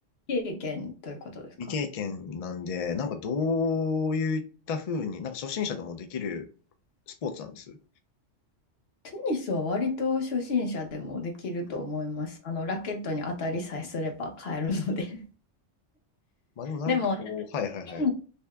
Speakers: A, on the left; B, on the left.
A: 経験ということですか
B: 未経験なんで、なんかどういった風に、なんか初心者でもできるスポーツなんです。
A: テニスは割と初心者でもできると思います。あの、ラケットに当たりさえすれば買えるので。
B: まあでもなんかこう、
A: でも、
B: はいはいはい。
A: 筋肉